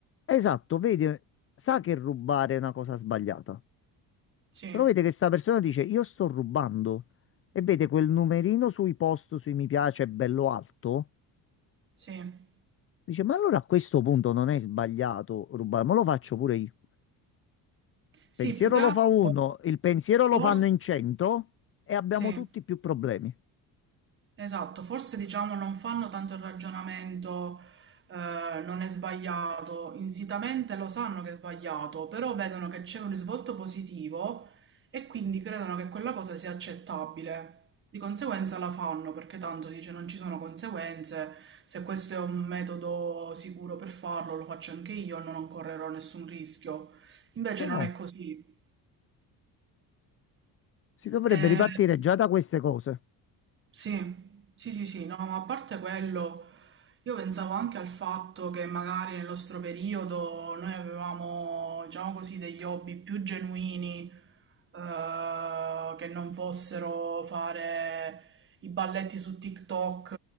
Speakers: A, on the left; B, on the right.
A: esatto, vede, sa che rubare è una cosa sbagliata,
B: Sì,
A: però vede che sta persona dice io sto rubando e vede quel numerino sui post, sui mi piace, bello alto,
B: sì.
A: dice ma allora a questo punto non è sbagliato rubare, ma lo faccio pure io.
B: Sì,
A: Pensiero
B: più che
A: lo
B: altro,
A: fa uno, il pensiero lo
B: forse,
A: fanno in 100 e abbiamo
B: sì.
A: tutti più problemi.
B: Esatto, forse diciamo non fanno tanto il ragionamento, eh, non è sbagliato, insitamente lo sanno che è sbagliato, però vedono che c'è un risvolto positivo e quindi credono che quella cosa sia accettabile. Di conseguenza la fanno perché tanto dice non ci sono conseguenze, se questo è un metodo sicuro per farlo lo faccio anche io, non correrò nessun rischio. Invece
A: No,
B: non
A: no.
B: è così.
A: Si dovrebbe
B: Eh,
A: ripartire già da queste cose.
B: Sì, sì, sì, sì, no, ma a parte quello, io pensavo anche al fatto che magari nel nostro periodo noi avevamo, diciamo così, degli hobby più genuini, eh, che non fossero fare i balletti su TikTok